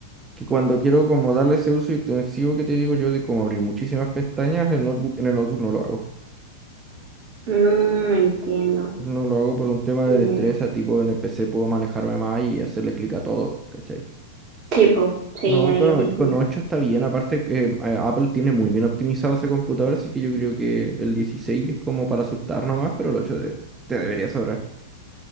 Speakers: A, on the right; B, on the right.
A: que cuando quiero como darle ese uso intensivo que te digo yo de como abrir muchísimas pestañas, el notebook, en el notebook no lo hago.
B: Mm, entiendo.
A: No lo hago por un tema de
B: Ya.
A: destreza, tipo en el PC puedo manejarme más y hacerle clic a todo, ¿cachai?
B: Sí, po, sí,
A: No,
B: ahí
A: con,
B: es distinto.
A: con 8 está bien. Aparte, que, em, eh, a- Apple tiene muy bien optimizado ese computador, así que yo creo que el 16 es como para asustar nomás, pero el ocho de- te debería sobrar.